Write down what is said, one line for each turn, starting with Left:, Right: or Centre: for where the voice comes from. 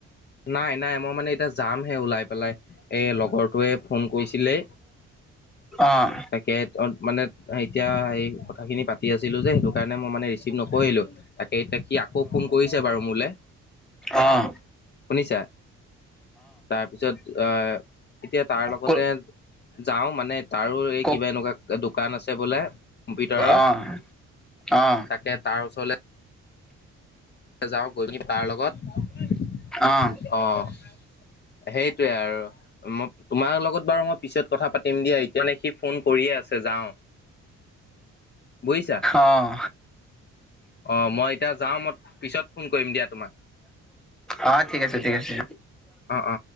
Left: নাই নাই মই মানে এতিয়া যামহে ওলাই পেলাই এ লগৰটোৱে ফোন। কৈছিলে
Centre: অঁ
Left: তাকে মানে। এতিয়া সেই কথাখিনি পাতি আছিলোঁ যে, সেইটো কাৰণে মই মানে ৰিচিভ নকৰিলোঁ তাকে এতিয়া সি আকৌ। ফোন কৰিছে বাৰু মোলে।
Centre: অ'।
Left: শুনিছা তাৰপিছত অহ। এতিয়া তাৰ লগতে
Centre: ক
Left: যাওঁ মানে তাৰো এই
Centre: ক
Left: কিবা এনেকুৱা দোকান আছে বোলে। কম্পিউটাৰৰ
Centre: অঁ অঁ
Left: তাকে তাৰ ওচৰলে। যাওঁ গৈ কিনি তাৰ লগত অ'।
Centre: অঁ
Left: সেইটোৱেই আৰু মই তোমাৰ লগত বাৰু মই পিছত কথা পাতিম দিয়া। মানে সি ফোন কৰিয়ে আছে যাওঁ বুজিছা।
Centre: অঁ
Left: অ' মই এতিয়া যাওঁ মই পিছত ফোন কৰিম দিয়া তোমাক।
Centre: অ' ঠিক আছে ঠিক আছে।
Left: অ অ